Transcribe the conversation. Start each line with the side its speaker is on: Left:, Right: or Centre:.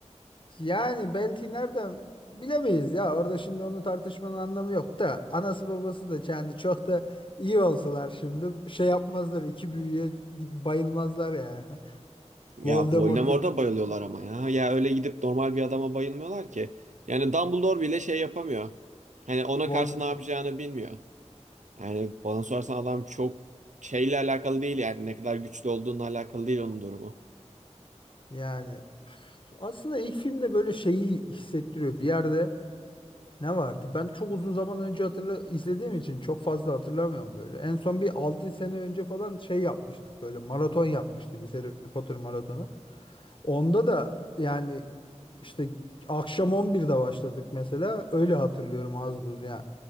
Left: Yani belki nereden bilemeyiz ya orada şimdi onu tartışmanın anlamı yok da anası babası da yani çok da iyi olsalar şimdi şey yapmazlar iki büyüye git- bayılmazlar ya. <laughs>
Right: Ya
Left: Voldemort
Right: Voldemort'a bayılıyorlar ama ya. Ya öyle gidip normal bir adama bayılmıyorlar ki. Yani Dumbledore bile şey yapamıyor. Hani ona karşı
Left: Vol
Right: ne yapacağını bilmiyor. Yani bana sorarsan adam çok şeyle alakalı değil yani ne kadar güçlü olduğunla alakalı değil onun durumu.
Left: Yani üf, aslında ilk filmde böyle şeyi hissettiriyor. Bir yerde ne vardı? Ben çok uzun zaman önce hatırla izlediğim için çok fazla hatırlamıyorum böyle. En son bir 6 sene önce falan şey yapmıştık böyle maraton yapmıştık biz Harry Potter maratonu. Onda da yani işte akşam on birde başladık mesela. Öyle hatırlıyorum az buz yani.